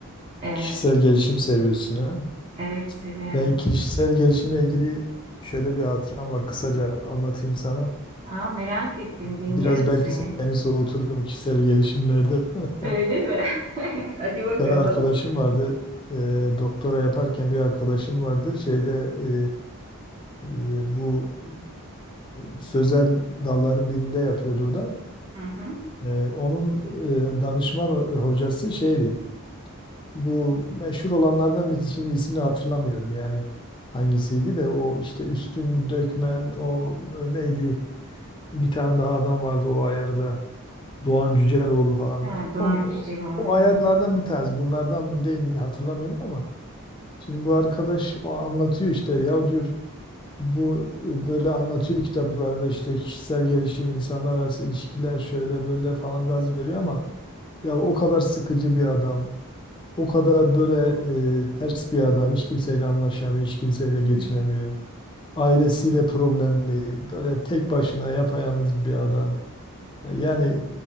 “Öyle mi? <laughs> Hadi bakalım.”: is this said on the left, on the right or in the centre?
Right